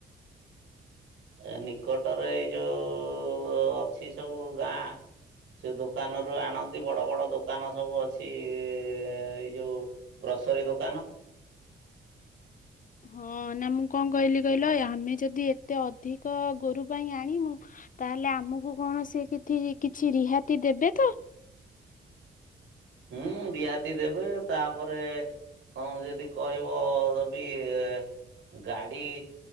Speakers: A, on the right; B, on the left.
A: ଏ ନିକଟରେ ଏଇ ଯୋଉ ଅଛି ସବୁ ଗାଁ ସେ ଦୋକାନରୁ ଆଣନ୍ତି ବଡ-ବଡ ଦୋକାନ ସବୁ ଅଛି ଏଇ ଯୋଉ ଗ୍ରସରୀ ଦୋକାନ
B: ହଁ ନା ମୁଁ କଣ କହିଲି କହିଲ ଆମେ ଯଦି ଏତେ ଅଧିକ ଗୋରୁ ପାଇଁ <unintelligible> ତାହେଲେ ଆମୁକୁ କଣ ସେ <unintelligible> କିଛି ରିହାତି ଦେବେ ତ?
A: ହୁଁ ରିହାତି ଦେବେ, ତାପରେ କଣ ଯେଦି କହିବ <unintelligible> ଗାଡି